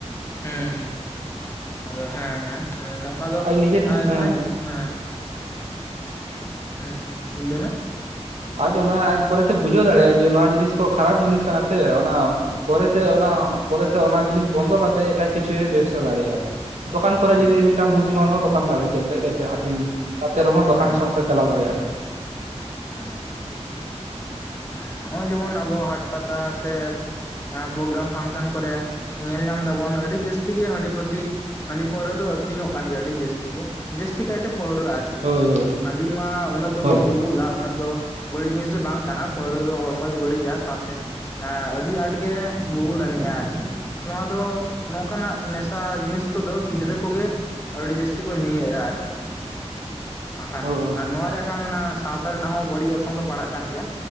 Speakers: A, on the left; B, on the right.
A: ᱦᱩᱸ ᱦᱩᱸ ᱟᱫᱚ ᱦᱮᱸ ᱦᱮᱸ ᱱᱚᱝᱠᱟ ᱫᱚ
B: ᱟᱡ ᱱᱤᱡᱮ ᱛᱮ ᱦᱮᱸ
A: ᱡᱟᱦᱟᱸᱭ ᱠᱚ ᱦᱮᱸ ᱦᱩᱸ ᱞᱟᱹᱭ ᱢᱮ
B: ᱟᱡ ᱚᱱᱟ ᱟᱡ ᱯᱚᱨᱮ ᱛᱮ ᱵᱩᱡᱷᱟᱹᱣ ᱫᱟᱲᱮᱭᱟᱜᱼᱟ ᱡᱮ ᱱᱚᱣᱟ ᱡᱤᱱᱤᱥ ᱠᱚ ᱠᱷᱟᱨᱟᱯ ᱡᱤᱱᱤᱥ ᱠᱟᱱᱟ ᱥᱮ ᱚᱱᱟ ᱯᱚᱨᱮᱛᱮ ᱚᱱᱟ
A: ᱦᱮᱸ
B: ᱯᱚᱨᱮᱛᱮ ᱚᱱᱟ ᱡᱤᱱᱤᱥ ᱵᱚᱱᱫᱚ ᱠᱟᱛᱮ ᱮᱴᱟᱜ ᱠᱤᱪᱷᱩᱭ ᱵᱮᱵᱽᱥᱟ ᱫᱟᱲᱮᱭᱟᱜᱼᱟ ᱟᱨᱠᱤ ᱫᱚᱠᱟᱱ ᱠᱚᱨᱮ
A: ᱦᱮᱸ
B: ᱡᱩᱫᱤ ᱢᱤᱫᱴᱟᱝ ᱵᱷᱩᱥᱤ ᱢᱟᱞ ᱦᱚᱸ ᱫᱚᱠᱟᱱ ᱫᱟᱲᱮ ᱠᱮ ᱟᱠᱷᱨᱤᱧ ᱚᱱᱠᱟ ᱠᱟᱛᱮᱫ ᱨᱮᱦᱚᱸ ᱫᱚᱠᱟᱱ
A: ᱦᱮᱸ ᱦᱮᱸ
B: ᱥᱚᱝᱥᱟᱨ ᱪᱟᱞᱟᱣ ᱫᱟᱲᱮᱭᱟᱜᱼᱟ ᱟᱨ ᱠᱤ
A: ᱦᱮᱸ ᱦᱮᱸ ᱱᱚᱜᱼᱚᱭ ᱡᱮᱢᱚᱱ ᱟᱵᱚ ᱦᱟᱴ ᱯᱟᱛᱟ ᱥᱮ ᱦᱮᱸ ᱯᱨᱳᱜᱨᱟᱢ ᱯᱷᱟᱱᱥᱮᱱ ᱠᱚᱨᱮ ᱧᱮᱞ ᱧᱟᱢ ᱫᱟᱵᱚᱱ ᱟᱹᱰᱤ ᱡᱟᱹᱥᱛᱤ ᱜᱮ ᱦᱟᱺᱰᱤ ᱵᱟᱴᱤ ᱦᱟᱹᱰᱤ ᱯᱟᱹᱣᱨᱟᱹ ᱫᱚ ᱟᱹᱠᱷᱨᱤᱧᱚᱜ ᱠᱟᱱ ᱜᱮᱭᱟ ᱟᱹᱰᱤ ᱡᱟᱥᱛᱤ ᱴᱷᱤᱠᱜᱮᱭᱟ ᱡᱟᱹᱥᱛᱤ ᱠᱟᱹᱭᱛᱮ ᱯᱟᱹᱣᱨᱟᱹ ᱟᱨᱠᱤ
B: ᱦᱳᱭ ᱦᱳᱭ
A: ᱦᱟᱺᱰᱤ ᱢᱟ ᱩᱱᱟᱹᱜ ᱫᱚ
B: ᱦᱳᱭ
A: ᱵᱟᱝ ᱵᱩᱵᱩᱞᱟ ᱩᱱᱟᱹᱜ ᱫᱚ᱾ ᱵᱟᱹᱲᱤᱡ ᱡᱤᱱᱤᱥ ᱫᱚ ᱵᱟᱝ ᱠᱟᱱᱟ, ᱯᱟᱹᱣᱨᱟᱹ ᱫᱚ ᱦᱚᱲᱢᱚᱭ ᱵᱟᱹᱲᱤᱡᱟ ᱥᱟᱶᱛᱮ ᱟ ᱟᱹᱰᱤ ᱟᱸᱴᱜᱮ ᱵᱩᱵᱩᱞ ᱟᱹᱱᱤᱡᱼᱟ ᱟᱨᱠᱤ, ᱱᱚᱣᱟ ᱫᱚ ᱱᱚᱝᱠᱟᱱᱟᱜ ᱱᱮᱥᱟ ᱡᱤᱱᱤᱥ ᱠᱚᱫᱚ ᱜᱤᱫᱽᱨᱟᱹ ᱠᱚᱜᱮ, ᱟᱹᱰᱤ ᱡᱟᱹᱥᱛᱤ ᱠᱚ ᱧᱩᱭᱮᱜᱼᱟ ᱟᱨᱠᱤ ᱦᱟᱝ ᱠᱷᱟᱱ
B: ᱦᱳᱭ
A: ᱟᱨ ᱱᱚᱣᱟᱨᱮ ᱠᱷᱟᱱ ᱥᱟᱶᱛᱟ ᱨᱮᱱᱟᱜ ᱦᱚᱸ ᱵᱟᱹᱲᱤᱡ ᱚᱨᱥᱚᱝ ᱫᱚ ᱯᱟᱲᱟᱜ ᱠᱟᱱ ᱜᱮᱭᱟ᱾